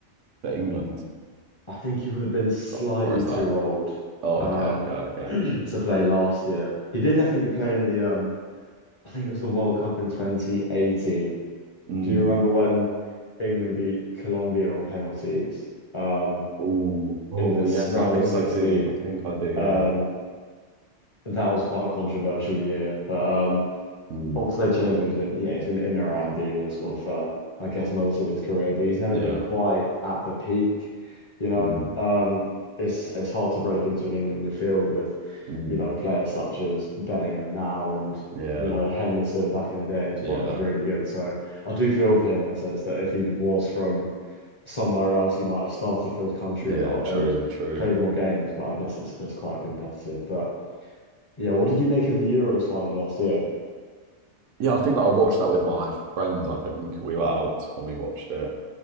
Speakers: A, on the right; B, on the left.
A: for England,
B: I think he would have been slightly
A: or or is
B: too
A: that?
B: old,
A: Oh,
B: um,
A: okay, okay,
B: <clears throat>
A: okay.
B: to play last year. He did definitely play in the, um, I think it was the World Cup in 2018.
A: Mm.
B: Do you remember when England beat Colombia on penalties, um,
A: Oh, oh
B: in this
A: yes,
B: round
A: I think
B: of 16?
A: I do. I think I do. Yeah.
B: Um, that was quite a controversial year, but um.
A: Mm.
B: Oxlade Chamberlain's been yeah, he's been in and around the England squad for I guess most of his career, but he's never
A: Yeah.
B: been quite at the peak, you know.
A: Mm.
B: Um it's it's hard to break into an England midfield with,
A: Mm.
B: you know, players such as Bellingham now and
A: Yeah.
B: you know Henderson back in the day in his
A: Yeah.
B: prime was really good. So I do feel for him in a sense that if he was from somewhere else, he might have started for his country
A: Yeah.
B: a lot
A: True.
B: and
A: True.
B: played more games, but I guess it's, it's quite competitive. But yeah, what did you make of the Euros final last year?
A: Yeah, I think I watched that with my friends. I think we were out when we watched it.